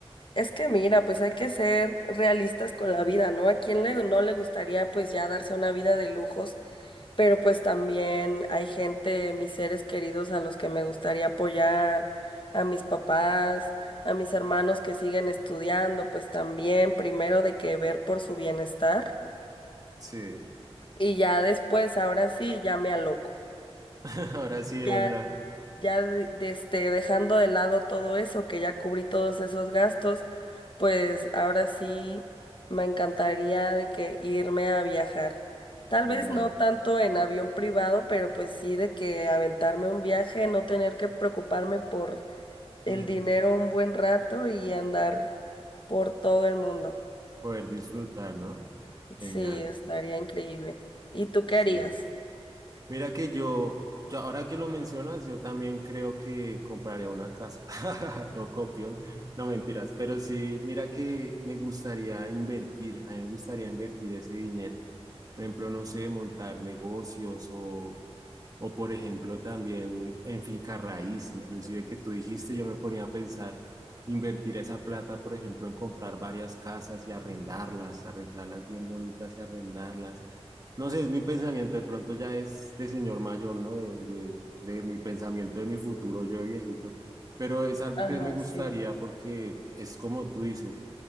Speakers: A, on the left; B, on the right.
A: es que mira, pues hay que ser realistas con la vida, ¿no? ¿A quién le, no le gustaría pues ya darse una vida de lujos? pero pues también hay gente, mis seres queridos a los que me gustaría apoyar, a mis papás, a mis hermanos que siguen estudiando, pues también primero de que ver por su bienestar
B: Sí,
A: y ya después, ahora sí, ya me aloco.
B: <laughs> ahora sí es
A: Ya,
B: la...
A: ya de- de este, dejando de lado todo eso, que ya cubrí todos esos gastos, pues ahora sí me encantaría de que irme a viajar. Tal
B: Genial.
A: vez no tanto en avión privado, pero pues sí de que aventarme un viaje, no tener que preocuparme por el
B: Mm,
A: dinero un buen rato y andar por todo el mundo.
B: poder disfrutar, ¿no? Genial.
A: Sí, estaría increíble. ¿Y tú qué
B: Sí.
A: harías?
B: Mira que yo, yo, ahora que lo mencionas, yo también creo que compraría una casa. <laughs> No copión, no mentiras, pero sí, mira que me gustaría invertir, a mí me gustaría invertir ese dinero. Por ejemplo, no sé, montar negocios o, o por ejemplo, también en finca raíz, inclusive que tú dijiste, yo me ponía a pensar invertir esa plata, por ejemplo, en comprar varias casas y arrendarlas, arreglarlas bien bonitas y arrendarlas. No sé, es mi pensamiento, de pronto ya es de señor mayor, ¿no? De, de, de mi pensamiento, de mi futuro, yo de viejito. Pero es algo
A: Ajá,
B: que me gustaría
A: sí.
B: porque es como tú dices